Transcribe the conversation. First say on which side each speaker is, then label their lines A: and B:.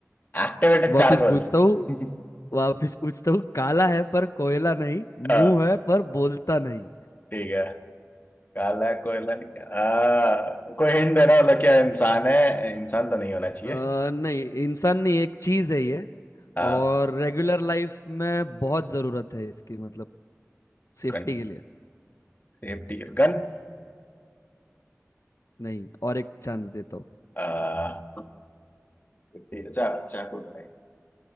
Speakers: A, on the left (about 35°); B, on the left (about 75°).
A: Activated
B: वापस
A: charcoal
B: पूछता
A: <laughs>
B: हूँ वापस पूछता हूँ काला है पर कोयला नहीं
A: आ,
B: मुंह है पर बोलता नहीं,
A: ठीक है काला कोयला नहीं आ, कोई हिंट देना मतलब क्या इंसान है इंसान तो नहीं होना चाहिए
B: अ, नहीं इंसान नहीं एक चीज है ये
A: आ,
B: और रेगुलर लाइफ में बहुत जरूरत है इसकी मतलब सेफ्टी
A: गन
B: के लिए
A: Safety gun
B: नहीं और एक चांस देता हूँ
A: आ, safety- चा, चाकू तो नहीं